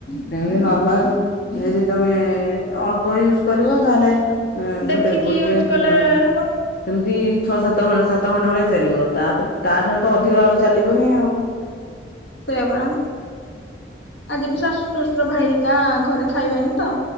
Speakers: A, on the left; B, on the left.
A: ସେମିତି ନର୍ମାଲ ଯଦି ତମେ ଅଳ୍ପ ୟୁଜ କରିବ ତାହେଲେ
B: ଦେଖିକି
A: ଗୋଟେ ଗୋଟେ
B: ୟୁଜ କଲେ
A: ହଁ
B: ହବ
A: ସେମିତି ଛଅ ସାତ ଘଟ ସାତ ଘଣ୍ଟା ଭଳିଆ ଚାଲିବ ତାପରେ ତାଠାରୁ ତ ଅଧିକ ଆଉ ଚାଲିବନି ଆଉ।
B: ସେୟା ପରା ଆଜି ବି ଶାଶୁ ଶ୍ୱଶୁର ଭାଇ ହେରିକା ଘରେ ଖାଇବେନି ତ